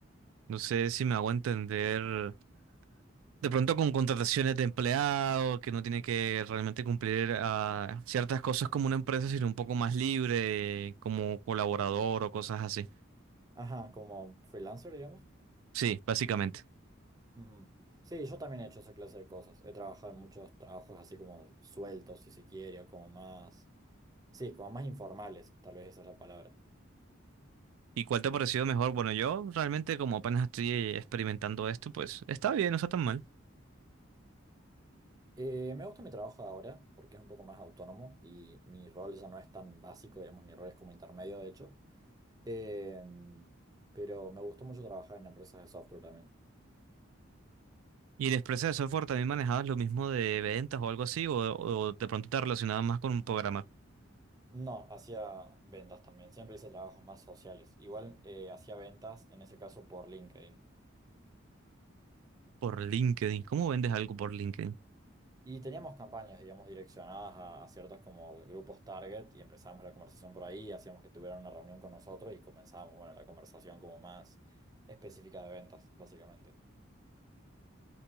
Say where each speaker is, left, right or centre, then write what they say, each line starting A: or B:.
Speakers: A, on the right (about 85°); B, on the right (about 20°).
A: no sé si me hago entender. De pronto con contrataciones de empleado, que no tiene que realmente cumplir ah, ciertas cosas como una empresa, sino un poco más libre, como colaborador o cosas así.
B: Ajá, como freelancer, digamos.
A: Sí, básicamente.
B: Ujú. Sí, yo también he hecho esa clase de cosas. He trabajado en muchos trabajos así como sueltos, si se quiere, o como más... Sí, como más informales, tal vez esa es la palabra.
A: ¿Y cuál te ha parecido mejor? Bueno, yo realmente como apenas estoy eh, experimentando esto, pues está bien, no está tan mal.
B: Eh, me gusta mi trabajo de ahora porque es un poco más autónomo y mi rol ya no es tan básico, digamos, mi rol es como intermedio, de hecho. Em, pero me gustó mucho trabajar en empresas de software también.
A: ¿Y en empresa de software también manejabas lo mismo de ventas o algo así? ¿O, o de pronto te relacionabas más con un programar
B: No, hacía ventas también, siempre hice trabajos más sociales. Igual eh, hacía ventas, en ese caso por LinkedIn.
A: por LinkedIn? ¿Cómo vendes algo por LinkedIn?
B: Y teníamos campañas, digamos, direccionadas a, a ciertos como grupos target y empezábamos la conversación por ahí, hacíamos que tuvieran una reunión con nosotros y comenzábamos, bueno, la conversación como más específica de ventas, básicamente.